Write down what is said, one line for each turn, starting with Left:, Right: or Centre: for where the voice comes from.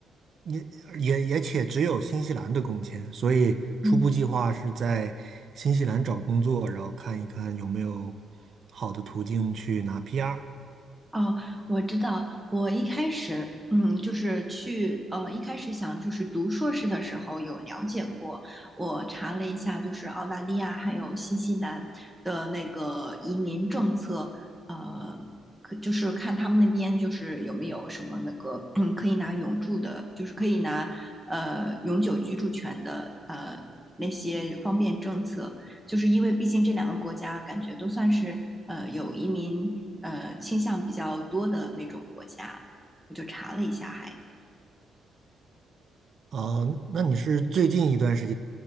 Right: 也也也且只有新西兰的工签，所以初步计划是在新西兰找工作，
Centre: 嗯。
Right: 然后看一看有没有好的途径去拿 PR。
Centre: 哦，我知道。我一开始，嗯，就是去，呃，一开始想就是读硕士的时候有了解过，我查了一下，就是澳大利亚还有新西兰的那个移民政策，呃，可就是看他们那边就是有没有什么那个，嗯，可以拿永住的，就是可以拿呃永久居住权的，呃那些方便政策。就是因为毕竟这两个国家感觉都算是呃有移民呃倾向比较多的那种国家，我就查了一下还，
Right: 啊、那你是最近一段时